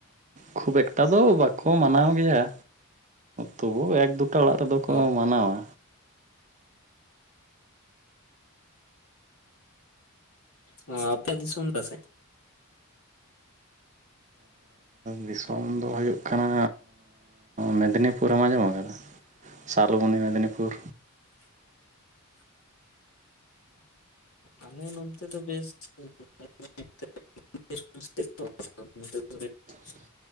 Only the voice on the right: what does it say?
ᱠᱷᱩᱵ ᱮᱠᱴᱟ ᱫᱚ ᱵᱟᱠᱚ ᱢᱟᱱᱟᱣ ᱜᱮᱭᱟ ᱛᱚᱵᱩ ᱮᱠᱫᱩ ᱟᱛᱳ ᱚᱲᱟᱜ ᱨᱮᱫᱚ ᱠᱚ
ᱢᱟᱱᱟᱣᱟ
ᱫᱤᱥᱚᱢ ᱫᱚ ᱦᱩᱭᱩᱜ ᱠᱟᱱᱟ ᱢᱮᱫᱽᱱᱤᱯᱩᱨ ᱯᱩᱨᱮᱢ ᱟᱸᱡᱚᱢ ᱟᱠᱟᱫᱟ ᱥᱟᱞᱵᱚᱱᱤ ᱢᱮᱫᱽᱱᱤᱯᱩᱨ
ᱻ